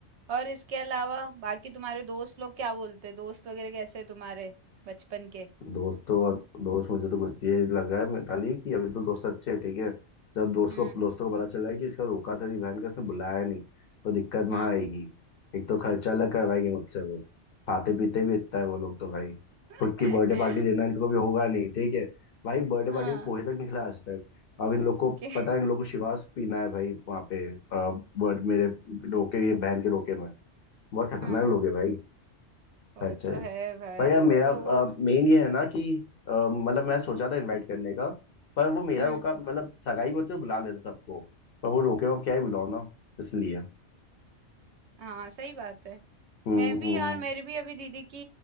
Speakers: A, on the right (about 70°); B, on the left (about 55°).
A: और इसके अलावा बाकी तुम्हारे दोस्त लोग क्या बोलते दोस्त वगैरह कैसे हैं तुम्हारे बचपन के
B: दोस्तों दोस्त मुझे तो कुछ ये लग रहा है मिताली कि अभी तो दोस्त अच्छे हैं ठीक है जब दोस्त
A: हम्म
B: को दोस्तों को पता चला है कि इसका रोका था बहन का इसने बुलाया नहीं तो दिक्कत
A: हाँ
B: वहां आएगी एक तो खर्चा अलग करवाएंगे मुझसे वो खाते पीते भी इतना है वो लोग तो भाई
A: <laughs>
B: खुद की बर्थडे पार्टी देना इनको कभी होगा नहीं ठीक है भाई बर्थडे
A: हाँ
B: पार्टी में पोहे तक निकला आज तक अब इन लोग को
A: के
B: पता है इन लोग को शिवास पीना है भाई वहाँ पे अ, बर्थ- मेरे रोके ये बहन के रोके में बहुत खतरनाक
A: हाँ
B: लोग है भाई
A: वो
B: खर्चे
A: तो है भाई
B: पर यार मेरा
A: वो तो वो
B: मेन ये है ना कि अ, मतलब मैं सोचा था इनवाइट करने का पर वो मेरा
A: हम्म
B: रोका मतलब सगाई होती तो बुला लेते सबको पर वो रोके हुए अब क्या ही बुलाओ ना इसलिए
A: हाँ सही बात है
B: हम्म
A: मैं भी
B: हम्म
A: यार मेरी भी अभी दीदी की